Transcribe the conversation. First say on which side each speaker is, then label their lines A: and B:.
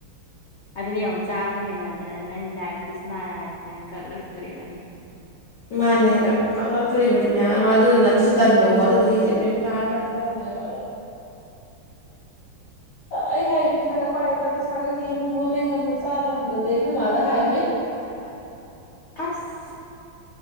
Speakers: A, on the left; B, on the left.
A: ꯑꯗꯨꯅꯦ ꯌꯦꯡꯉ ꯆꯥꯕ ꯍꯦꯟꯃꯟꯗꯅ ꯅꯪ ꯗꯥꯏꯕꯦꯇꯤꯁ ꯅꯥꯔꯑꯗꯤ ꯅꯪ ꯀꯛ ꯅꯛꯇꯣꯔꯤꯕꯅꯤ
B: ꯃꯥꯅꯦ ꯀ ꯀꯛ ꯊ ꯄꯨ ꯃ ꯑꯋꯥ ꯑꯗꯨꯗꯨꯅ ꯑꯗꯨꯁꯨ ꯇꯟꯕꯀꯣ ꯑꯗꯨꯗꯒꯤꯁꯦ ꯕ꯭ꯔꯦꯛꯐꯥꯁ ꯆꯞꯊꯔꯝꯃꯦꯕ ꯑꯗꯣ ꯑꯩ ꯍꯥꯏ ꯄꯩꯁꯥꯒ ꯄꯥꯏꯑꯦꯗ ꯄꯩꯁꯥꯒ ꯌꯦꯟ ꯊꯣꯝꯒ ꯂꯩꯔꯝꯕ ꯆꯥꯗꯔꯝꯗꯗꯒꯤ ꯀꯃꯥꯗ ꯍꯥꯏ
A: ꯑꯖ ꯑꯁ